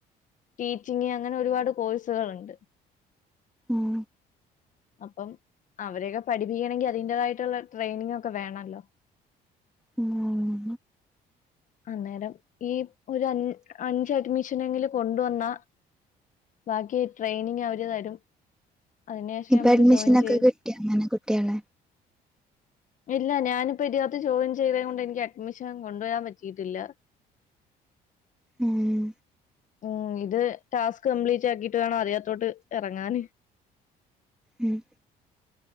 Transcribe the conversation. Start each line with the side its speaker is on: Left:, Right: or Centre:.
Left: teaching അങ്ങനെ ഒരുപാട് കോഴ്സുകളുണ്ട്
Centre: ഉം
Left: അപ്പം അവരൊക്കെ പഠിപ്പിക്കണെങ്കിൽ അതിന്റേതായിട്ടുള്ള ട്രെയിനിങ് ഒക്കെ വേണല്ലോ
Centre: ഉം
Left: അന്നേരം ഈ ഒരു അഞ്ച് അഞ്ച് അഡ്മിഷനങ്കിലും കൊണ്ടുവന്ന ബാക്കി ട്രെയിനിങ് അവര് തരും അയിന് ശേഷം
Centre: ഇപ്പൊ
Left: ഞമ്മക്ക്
Centre: അഡ്മിഷനൊക്കെ
Left: ജോയിൻ ചെയ്ത്
Centre: കിട്ടിയോ അങ്ങനെ കുട്ട്യാളെ
Left: ഇല്ല ഞാനിപ്പോ ഇതിനകത്ത് ജോയിൻ ചെയ്തേ ങ്കൊണ്ട് എനിക്ക് അഡ്മിഷൻ അങ്ങ് കൊണ്ടുവരാൻ പറ്റ് റ്റിയിട്ടില്ല
Centre: ഉം
Left: ഉം ഇത് ടാസ്ക് കംപ്ലീറ്റ് ആക്കിട്ട് വേണം അതിനത്തോട്ട് ഇറങ്ങാന്
Centre: ഉം